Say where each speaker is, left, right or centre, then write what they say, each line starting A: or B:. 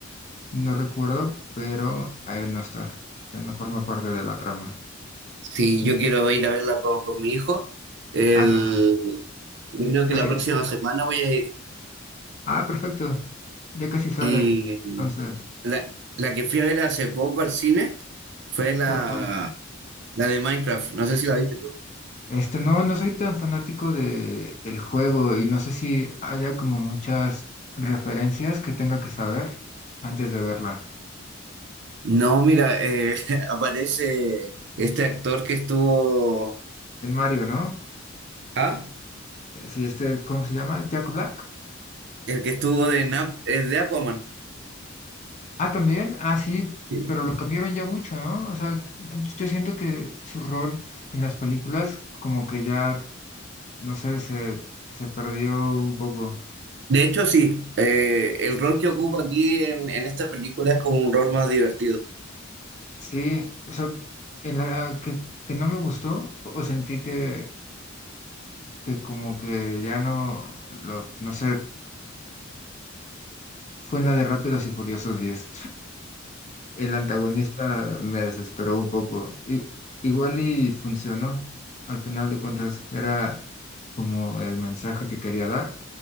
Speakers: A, on the left; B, on the right.
A: No recuerdo, pero a él no está. Él no forma parte de la trama.
B: sí
A: Mm.
B: yo quiero ir a verla con, con mi hijo, el,
A: Ah, claro,
B: yo creo
A: qué
B: que la
A: bello.
B: próxima semana voy a ir.
A: Ah, perfecto. Ya casi sale.
B: Y
A: Entonces,
B: la, la que fui a ver hace poco al cine fue la,
A: ¿cuál fue?
B: la de Minecraft, no sé si la viste tú.
A: Este, no, no soy tan fanático de el juego y no sé si haya como muchas referencias que tenga que saber antes de verla.
B: No, mira, eh, <laughs> aparece este actor que estuvo...
A: El Mario, ¿no?
B: Ah,
A: Eh, Sí, este, ¿cómo se llama? Jack Black.
B: el que estuvo de, Nap, eh, de Aquaman.
A: Ah, también. Ah, sí,
B: <laughs>
A: pero lo cambiaron ya mucho, ¿no? O sea, yo siento que su rol en las películas como que ya, no sé, se, se perdió un poco.
B: De hecho, sí, eh, el rol que ocupa aquí en, en esta película es como un rol más divertido.
A: Sí, o sea, en la que, que no me gustó o sentí que, que como que ya no, lo, no sé, fue en la de Rápidos y Furiosos 10. El antagonista me desesperó un poco. I- igual y funcionó. Al final de cuentas, era como el mensaje que quería dar,